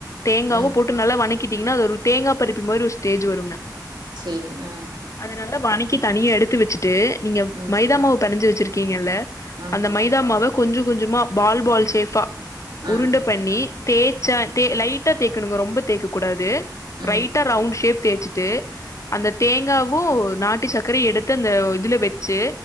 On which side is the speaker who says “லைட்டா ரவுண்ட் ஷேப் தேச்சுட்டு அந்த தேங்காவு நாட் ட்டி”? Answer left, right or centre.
Left